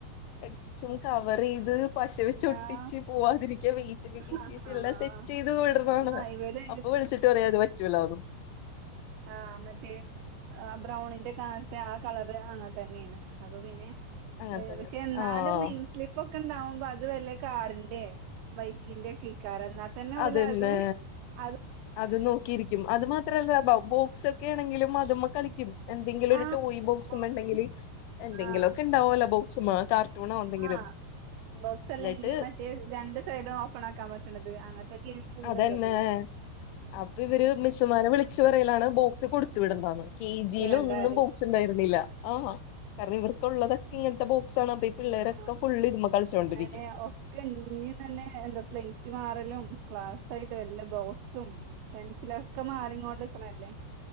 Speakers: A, on the left (about 80°); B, on the right (about 85°).
A: ടെസ്റ്റും കവർ ചെയ്ത് പശ വെച്ച് ഒട്ടിച്ച്
B: ആഹ്
A: പോവാതിരിക്കും ക്കാൻ വെയിറ്റൊക്കെ കേറ്റി
B: ആഹ്
A: വെച്ച് എല്ലാം സെറ്റ് ചെയ്ത് വിടുന്നാണ്
B: ആഹ് ഇവര്
A: അപ്പൊ വിളിച്ചിട്ട് പറയാ അത് പറ്റൂലാന്ന്
B: ആഹ മറ്റേ ആഹ ബ്രൗൺിന്റെ കാണത്തെ ആ കളർ അങ്ങനെ തന്നെയാണ് അപ്പൊ പിന്നെ
A: അങ്ങനത്തന്നെ
B: പക്ഷെ എന്നാലും
A: ആഹ്
B: നെയിം സ്ലിപ്പ് ഒക്കെ ണ്ടുമ്പോ അത് വല്ല കാറിന്റെ ബൈക്കിക്കി ന്റെ കാര എന്നാത്തന്നെ ഓര്
A: അതന്നെ
B: അത് അത്
A: അത് നോക്കിയിരിക്കും അത് മാത്രല്ല ബോക്സ് ഒക്കെ ആണെങ്കിലും അതിമ്മേ കളിക്കും എന്തെങ്കിലും ഒരു
B: ആഹ്
A: ടോയ് ബോക്സ്‌മ്മെ
B: ബോക്സ്
A: ഉണ്ടെങ്കിൽ എന്തെങ്കിലുമൊക്കെ
B: ആഹ്
A: ഉണ്ടാവോലൊ ബോക്സ്മ്മെ കാർട്ടൂണോ എന്തെങ്കിലും
B: ആ ബോക്സ് അല്ലെങ്കിൽ
A: എന്നിട്ട്
B: മറ്റേ രണ്ട് സൈഡും ഓപ്പൺ ആക്കാൻ പറ്റത് കവിടെള്ളത്
A: അതന്നെ അപ്പൊ ഇവര് മിസ്സുമാന വിളിച്ചു പറലാണ് ബോക്സ് കൊടുത്തു വിടേണ്ടന്ന് കെ ജി രീൽ
B: ഇടണ്ടാറി
A: ഒന്നും ബോക്സ് ഉണ്ടായിരുന്നില്ല ആ കാരണം ഇവർക്കുള്ളതൊക്കെ ഇങ്ങനത്തെ ബോക്സ് ആണ് ഈ പിള്ളേരൊക്കെ
B: ആ
A: ഫുള്ള് ഇതുമ്മെ കളിച്ചോണ്ടിരിക്കും
B: അങ്ങനെ ഒക്കെ ഇഞ്ഞ തന്നെ എന്താ പ്ലേറ്റ് മാറ ക്ലാസ് ആയിട്ട് വല്ല ബോക്സും പെൻസില ഒക്കെ മാറി കൊണ്ടക്കണല്ലേ